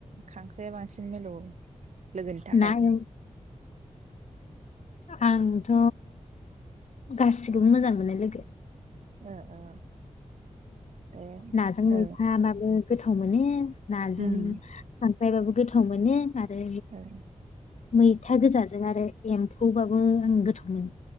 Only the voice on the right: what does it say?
खांख्राइया बांसिन मिलौओ लोगोनि थाखाय
ओ ओ दे
औ
उम
औ